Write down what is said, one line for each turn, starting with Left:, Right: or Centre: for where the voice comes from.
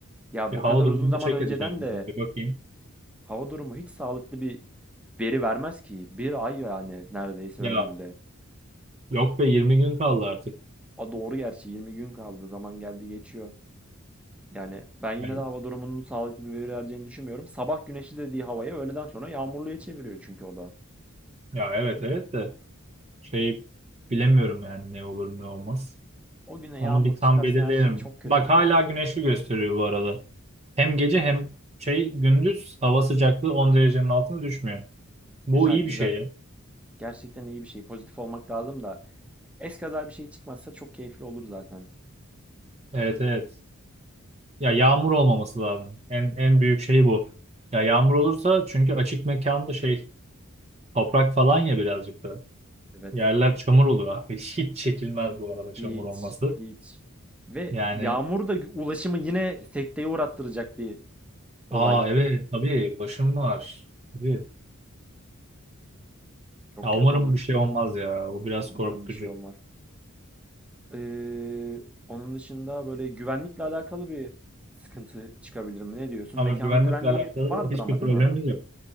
Centre: ya
Right: Bir hava
Centre: bu kadar
Right: durumunu
Centre: uzun zaman
Right: check
Centre: önceden
Right: edeceğim.
Centre: de
Right: ben. Bir bakayım.
Centre: hava durumu hiç sağlıklı bir veri vermez ki. Bir ay yani neredeyse
Right: Ya
Centre: önümüzde.
Right: yok be 20 gün kaldı artık.
Centre: A doğru gerçi 20 gün kaldı. Zaman geldi geçiyor. Yani ben yine
Right: Ya,
Centre: de hava durumunun sağlıklı bir veri vereceğini düşünmüyorum. Sabah güneşli dediği havaya öğleden sonra yağmurluya çeviriyor çünkü o da.
Right: ya evet evet de. Şey bilemiyorum yani ne olur ne olmaz.
Centre: O güne
Right: Onu
Centre: yağmur
Right: bir tam
Centre: çıkarsa
Right: belirleyelim.
Centre: her şey çok kötü
Right: Bak
Centre: olur.
Right: hala güneşli gösteriyor bu arada. Hem gece hem şey gündüz hava sıcaklığı 10 derecenin altına düşmüyor. Bu
Centre: Güzel
Right: iyi
Centre: güzel.
Right: bir şey. ya.
Centre: Gerçekten iyi bir şey. Pozitif olmak lazım da. Eskaza bir şey çıkmazsa çok keyifli olur zaten.
Right: Evet evet. Ya yağmur olmaması lazım. En en büyük şey bu. Ya yağmur olursa çünkü açık mekanda şey toprak falan ya birazcık da.
Centre: Evet.
Right: Yerler çamur olur abi. <laughs> Hiç çekilmez bu arada çamur
Centre: Hiç,
Right: olması.
Centre: hiç. Ve
Right: Yani
Centre: yağmur da ulaşımı yine sekteye uğrattıracak bir olay.
Right: aa evet tabii başım var. Tabii.
Centre: Çok
Right: Ya
Centre: kötü
Right: umarım
Centre: olur.
Right: bir şey olmaz ya. O biraz
Centre: Umarım
Right: korkutucu.
Centre: bir şey olmaz. Ee, onun dışında böyle güvenlikle alakalı bir sıkıntı çıkabilir mi? Ne diyorsun?
Right: Ama
Centre: Mekanın
Right: güvenlikle
Centre: güvenliği
Right: alakalı
Centre: vardır
Right: hiçbir
Centre: ama
Right: problemimiz
Centre: değil mi?
Right: yok.